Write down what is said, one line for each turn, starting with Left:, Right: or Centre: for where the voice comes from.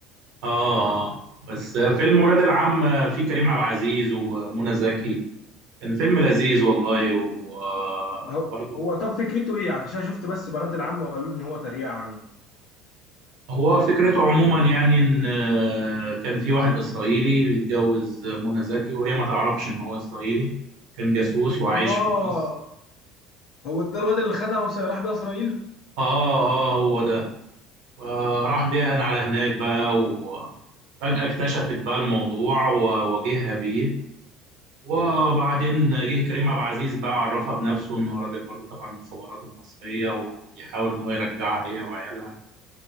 Right: اه آه. بس فيلم ولاد العم فيه كريم عبد العزيز ومنى زكي كان فيلم لذيذ
Left: مم.
Right: والله و آه،
Left: هو
Right: برضه
Left: هو طب فكرته ايه عشان شفت بس بنات العم وقالوا لي ان هو تريقه عنه
Right: هو فكرته عموما يعني ان آه، كان في واحد اسرائيلي بيتجوز منى زكي وهي ما تعرفش ان هو اسرائيلي كان جاسوس وعايش
Left: اه
Right: في مصر
Left: هو ده الواد اللي خدها وراح بيها اسرائيل
Right: اه اه هو ده فراح
Left: <laughs> مم.
Right: بيها على هناك بقى وفجأة اكتشفت بقى الموضوع وواجهها بيه وبعدين جه كريم عبد العزيز بقى عرفها بنفسه انه راجل برضه تبع المخابرات المصرية وبيحاول ان هو يرجعها هي وعيالها